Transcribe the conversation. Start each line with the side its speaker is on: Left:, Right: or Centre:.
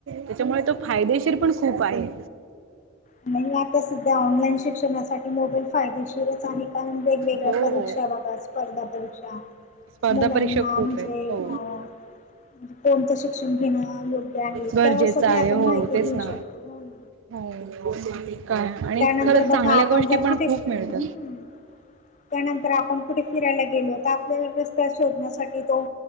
Right: त्याच्यामुळे तो फायदेशीर पण खूप आहे.
Left: नाही आता सध्या ऑनलाईन शिक्षणासाठी. ही मोबाईल फायदेशीरच आहे कारण वेगवेगळ्या
Right: हो
Left: परीक्षा
Right: हो
Left: बघा स्पर्धा परीक्षा.
Right: स्पर्धा
Left: मुलांना
Right: परीक्षा खूप
Left: म्हणजे
Right: आहेत हो.
Left: अ. म्हणजे कोणतं शिक्षण घेणं योग्य आहे
Right: गरजेचं
Left: त्यावर सगळे
Right: आहे
Left: आपण
Right: हो
Left: माहिती
Right: तेच
Left: घेऊ
Right: ना.
Left: शकतो हो ना.
Right: हो काय आणि
Left: त्यानंतर
Right: खरं चांगल्या
Left: बघा आपण
Right: गोष्टी
Left: जर
Right: पण
Left: कुठे
Right: खूप मिळत.
Left: हम्म त्यानंतर आपण कुठे फिरायला गेलो तर आपल्याला रस्त्या शोधण्यासाठी तो